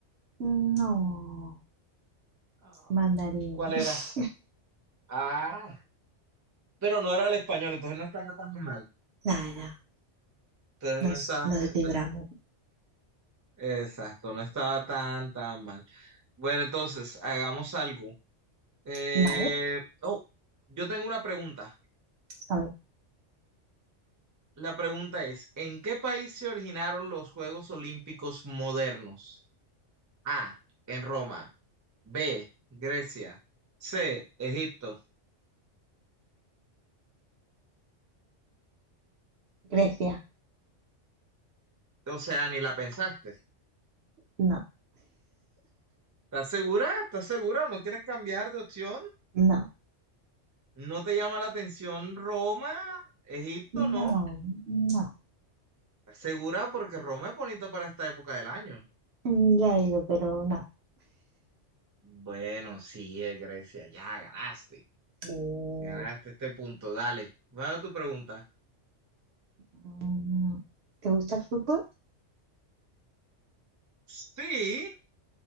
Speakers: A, on the right (about 65°); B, on the right (about 20°).
A: No,
B: Ah,
A: mandarín.
B: ¿Cuál era?
A: <laughs>
B: Ah, pero no era el español, entonces no estaba tan mal.
A: Nada,
B: Entonces
A: nos,
B: no estaba,
A: nos libramos.
B: no es- exacto, no estaba tan, tan mal. Bueno, entonces, hagamos algo. Eh,
A: ¿Vale?
B: oh, yo tengo una pregunta.
A: A ver,
B: La pregunta es, ¿en qué país se originaron los Juegos Olímpicos modernos? A, en Roma. B, Grecia. C, Egipto.
A: Grecia.
B: O sea, ni la pensaste.
A: No.
B: ¿Estás segura? ¿Estás segura? ¿No quieres cambiar de opción?
A: No,
B: ¿No te llama la atención Roma? Egipto, no.
A: no, no.
B: ¿Estás segura? Porque Roma es bonita para esta época del año.
A: Mm, Ya he ido, pero no.
B: Bueno, sí, es Grecia. Ya ganaste.
A: Eh,
B: Ganaste este punto, dale. va a tu pregunta?
A: Mm, No. ¿Te gusta el fútbol?
B: Sí,